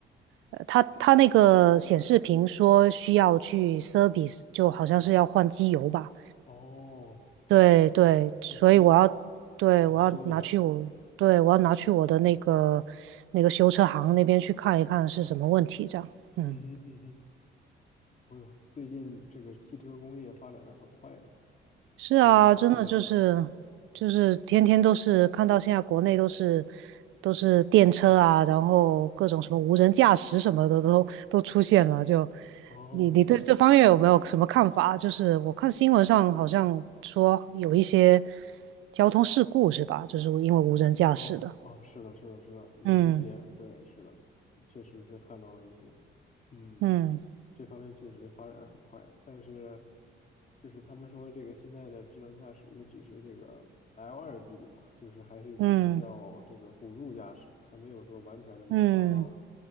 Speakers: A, on the right; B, on the left.
A: 呃，它它那个显示屏说需要去 service，就好像是要换机油吧。
B: 哦，
A: 对对，所以我要，
B: 要修，
A: 对，
B: 要修一下。
A: 我要拿去我，对，我要拿去我的那个那个修车行那边去看一看是什么问题，这样。嗯，
B: 嗯哼嗯哼，哦呦，最近这个汽车工业发展的很快，
A: 是啊，
B: 不是？
A: 真的就是就是天天都是看到现在国内都是
B: 对啊，
A: 都是电车啊，然后各种什么无人驾驶什么的都都出现了。就
B: 哦，
A: 你你对这方面有没有什么看法？
B: 是的，
A: 就是我看新闻上好像说有一些交通事故是吧？就是因为无人驾驶的。
B: 哦哦，是的，是的，是的，有一些，
A: 嗯。
B: 对，是的，确实是看到了一些，嗯，
A: 嗯
B: 这方面确实发展很快，但是就是他们说这个现在的智能驾驶也只是这个 l 二级别嘛，就是还是只是叫这个辅助驾驶，
A: 嗯
B: 还没有说完全的能达到
A: 嗯